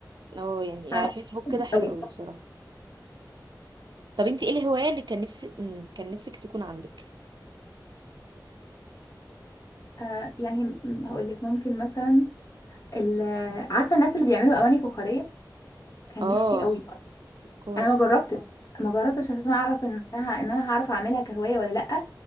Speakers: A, on the right; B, on the left.
A: اه يعني يعني
B: انا
A: فيسبوك
B: بحب
A: كده حلو
B: قوي
A: أوي بصراحة طب انتي ايه الهواية اللي كان نفسي م، كان نفسك تكون عندك
B: آه يعني هقول لك ممكن مثلا ال- عارفه الناس اللي بيعملوا اواني فخاريه كان
A: اه
B: نفسي قوي
A: فكار
B: انا ما جربتش ما جربتش عشان اعرف انها ان انا هعرف اعملها كهوايه ولا لا